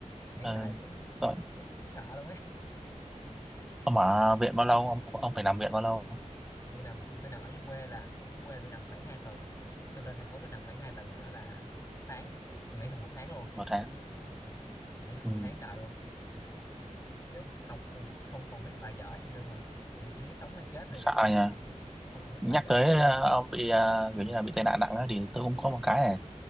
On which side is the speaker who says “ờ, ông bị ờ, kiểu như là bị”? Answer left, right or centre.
Centre